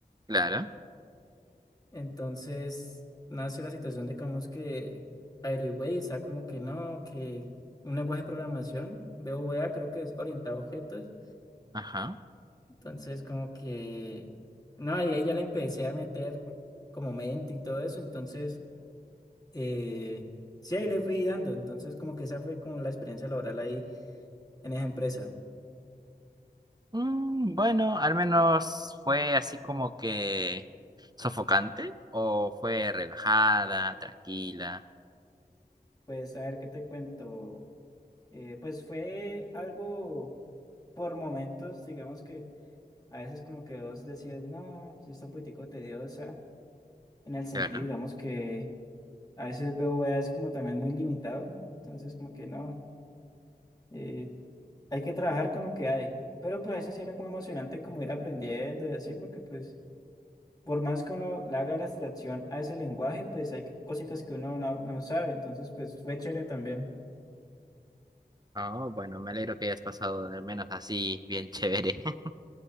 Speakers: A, on the right; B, on the left.
A: Claro.
B: Entonces nace la situación de digamos que averigüé y está como que no, que un lenguaje de programación, BOVA creo que es orientado a objetos,
A: Ajá.
B: entonces como que, no, y ahí ya le empecé a meter como mente y todo eso, entonces... eh, sí, ahí le fui dando. Entonces, como que esa fue como la experiencia laboral ahí en esa empresa.
A: Mm, bueno, al menos fue así como que sofocante o fue relajada, tranquila,
B: Pues a ver qué te cuento. Eh, pues fue algo por momentos, digamos que a veces como que vos decías, no, sí está un poquitico tediosa, en el sentido,
A: claro.
B: digamos que a veces veo es como también muy limitado, entonces como que no, eh, hay que trabajar con lo que hay. Pero pues a veces sí era como emocionante como ir aprendiendo y así, porque pues por más que uno le haga la abstracción a ese lenguaje, pues hay cositas que uno no, no sabe. Entonces, pues fue chévere también.
A: Oh, bueno, me alegro que hayas pasado al menos así bien chévere. <laughs>